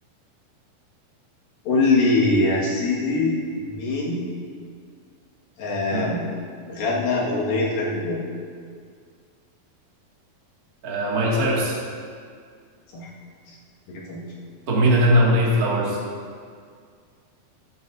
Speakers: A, on the left; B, on the right.
A: قول لي يا سيدي مين آه
B: مم.
A: غنى اغنيه تراكنج بول
B: آه مايلي سايرس
A: صح كانت سهله شويه
B: طب مين غنى أغنية فلاورز؟